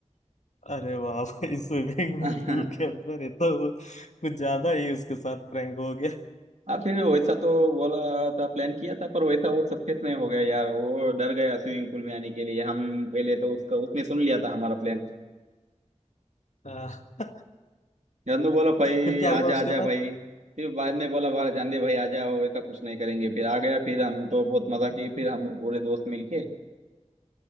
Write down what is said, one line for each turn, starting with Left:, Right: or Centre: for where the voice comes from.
Left: अरे वाह भाई स्विमिंग
Right: <laughs>
Left: पूल के अंदर ये तो कुछ ज्यादा ही उसके साथ प्रैंक हो गया
Right: हाँ फिर वैसा तो बोला था प्लान किया था पर वैसा वो सक्सेस नहीं हो गया यार वो डर गया स्विमिंग पूल में आने के लिए हम पहले तो उसका उसने सुन लिया था हमारा प्लान
Left: हाँ,
Right: जानू बोला भाई
Left: फिर क्या हुआ
Right: आजा
Left: उसके
Right: आजा
Left: बाद
Right: भाई फिर बाद में बोला बाहर जान दे भाई आजा हो ऐसा कुछ नहीं करेंगे फिर आ गया फिर हम तो बहुत मजा की फिर हम पूरे दोस्त मिलके